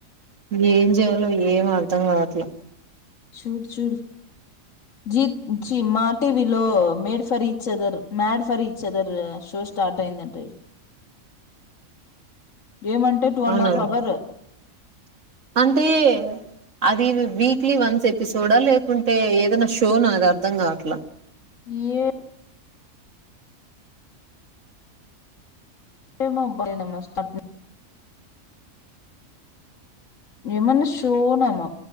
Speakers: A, on the right; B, on the left.
A: ఏం చేయాలో ఏం అర్ధం కావట్లే.
B: చూడు చూడు జీ జీ మా టీవీలో made for each other made for each other show start అయిందండి. ఏ మంటే టూ అండ్
A: అవునా
B: హాఫ్ అవర్
A: అంటే అది వీక్లీ వన్స్ ఎపిసోడా లేకుంటే ఏదైనా షోనా అది అర్ధం కావట్లా.
B: ఏ ఏమో బా నే <unintelligible> ఏమన్నా షోనమో